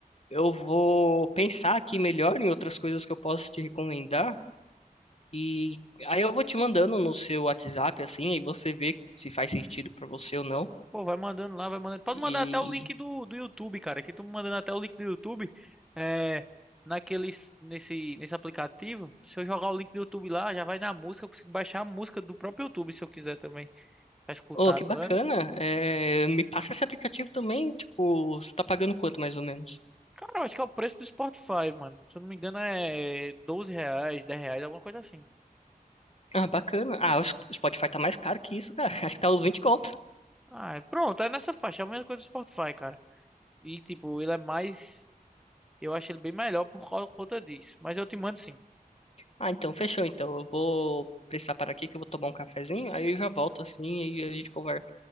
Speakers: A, on the left (about 45°); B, in the centre.
A: Eu vou pensar aqui melhor em outras coisas que eu posso te recomendar e aí eu vou te mandando no seu WhatsApp assim, aí você vê se faz sentido pra você ou não.
B: Pô, vai mandando lá, vai mandando. Pode
A: E
B: mandar até o link do, do YouTube, cara. Aqui tu mandando até o link do YouTube. É, naqueles, nesse, nesse aplicativo. Se eu jogar o link do YouTube lá, já vai na música. Eu consigo baixar a música do próprio YouTube se eu quiser também. Pra escutar,
A: oh, que
B: tá
A: bacana!
B: vendo?
A: É, me passa esse aplicativo também, tipo, você tá pagando quanto mais ou menos?
B: Cara, eu acho que é o preço do Spotify, mano. Se eu não me engano, é 12 reais, 10 reais, alguma coisa assim.
A: Ah, bacana. Ah, acho que o Spotify tá mais caro que isso, cara. <laughs> Acho que tá uns 20 contos.
B: Ah, é- pronto, é nessa faixa. É a mesma coisa do Spotify, cara. E, tipo, ele é mais. Eu acho ele bem melhor por causa- conta disso. Mas eu te mando sim.
A: Ah, então fechou. Então eu vou precisar parar aqui que eu vou tomar um cafezinho, aí eu já volto assim e a gente conversa.